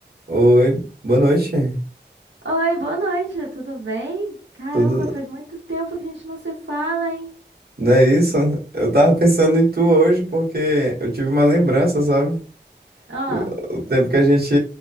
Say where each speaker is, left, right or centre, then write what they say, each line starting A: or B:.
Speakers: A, on the right (about 55°); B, on the right (about 85°).
A: Oi, boa noite.
B: Oi, boa noite, tudo bem? Caramba,
A: Tudo,
B: faz muito tempo que a gente não se fala, hein?
A: não é isso? Eu tava pensando em tu hoje porque eu tive uma lembrança, sabe?
B: Ah,
A: O, o tempo que a gente